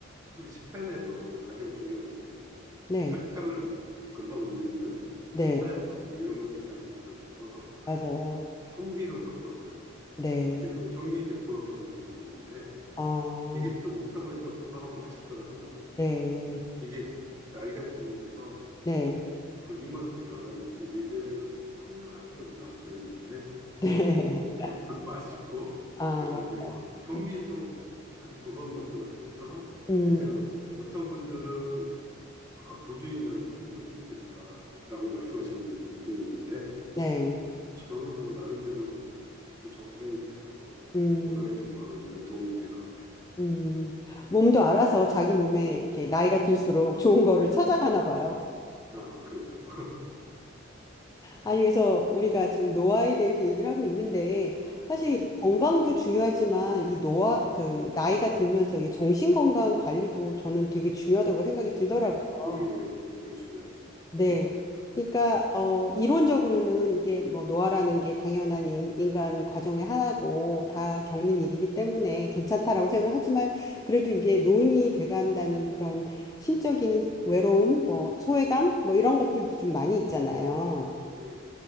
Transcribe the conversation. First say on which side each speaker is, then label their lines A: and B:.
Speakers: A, on the right (about 15°); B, on the left (about 20°).
A: 그 식단에서 가장 중요한 게
B: 네,
A: 그 혈당을 높 금방 올리는
B: 네,
A: 흰쌀밥 뭐 이런 것들이 안 좋다 그래서
B: 맞아요.
A: 현미로 바꿨어요.
B: 네.
A: 그래서 현미 100%를 먹는데
B: 아.
A: 이게 또 먹다 보니까 고소하고 맛있더라고요.
B: 네,
A: 이게 나이가 들면서
B: 네,
A: 그 입맛도 변하는지 예전에는 풀 같은 거 별로 안 좋아했는데
B: 네.
A: 그런 거
B: <laughs>
A: 먹으면 <laughs> 맛있고
B: 아,
A: 그다음에
B: 맞,
A: 현미도
B: 음,
A: 약간 고소한 맛도 나면서
B: 음,
A: 괜찮은 것 같더라고요. 어떤 분들은 아, 도저히 난 현미를 못 먹겠다라고 말씀하시는 분들도 있는데
B: 네,
A: 저는 뭐 나름대로 그 적응이 돼서
B: 음,
A: 건강에 좀 많은 도움이 될 것 같아요.
B: 음. 몸도 알아서 자기 몸에 이렇게 나이가 들수록 좋은 거를 찾아가나 봐요.
A: 아, 그런가요?
B: 아니, 그래서 우리가 지금 노화에 대해서 얘기를 하고 있는데, 사실
A: 네.
B: 이 건강도 중요하지만 이 노화, 그, 나이가 들면서 이 정신 건강 관리도 저는 되게 중요하다고 생각이 들더라고요.
A: 예, 그게 굉장히 중요하죠.
B: 네.
A: 예.
B: 그러니까 어 이론적으로는 이게 뭐 노화라는 게 당연한 인, 인간 과정의 하나고 다 겪는 일이기 때문에 괜찮다라고 생각하지만 그래도 이게 노인이 돼간다는 그런 심적인 외로움, 뭐 소외감, 뭐 이런 것들도 좀 많이 있잖아요.
A: 예.